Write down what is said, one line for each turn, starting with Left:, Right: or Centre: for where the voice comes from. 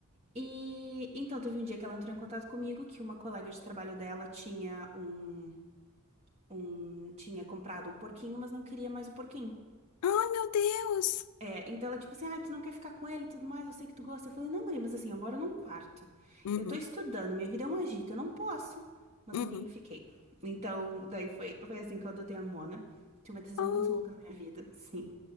Right: E então, teve um dia que ela entrou em contato comigo, que uma colega de trabalho dela tinha um, um, tinha comprado um porquinho, mas não queria mais o porquinho.
Left: Oh, meu Deus.
Right: É, então ela, tipo assim, ah, tu não quer ficar com ele e tudo mais, eu sei que tu gosta. Eu falei, não, guria, mas assim, eu moro num quarto.
Left: Uhum.
Right: Eu tô estudando, minha vida é um agito, eu não posso. Mas
Left: Uhum.
Right: no fim, fiquei. Então, daí foi, foi assim que eu adotei a Mona. Tinha uma decisão
Left: Oh.
Right: muito louca na minha vida, sim.